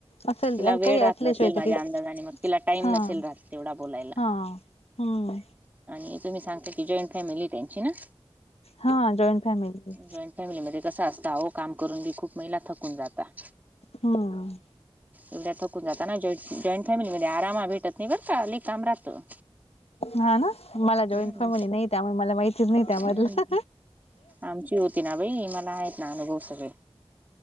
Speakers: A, on the left; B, on the right.
A: असेल
B: तिला वेळ
A: काही
B: राहत
A: असल्याशिवाय
B: नसेल माझ्या
A: तर् काही
B: अंदाजाने मग तिला टाइम
A: हां-
B: नसेल राहत तेवढा बोलायला.
A: हां. हंम
B: आणि तुम्ही सांगता की जॉईंट फॅमिली त्यांची ना.
A: हा जॉईंट फॅमिली.
B: जॉईंट फॅमिलीमध्ये कसं असतं आहो काम करून पण खूप महिला थकून जातात.
A: हम
B: एवढ्या थकून जाता ना जॉ जॉईंट फॅमिलीमध्ये आराम भेटत नाही बर का लय काम राहतं.
A: हा ना मला जॉईन
B: हम्म
A: फॅमिली नाही त्यामुळे मला माहितीच नाही त्यामधलं.
B: हम्म आमची होती ना बाई मला आहेत ना अनुभव सगळे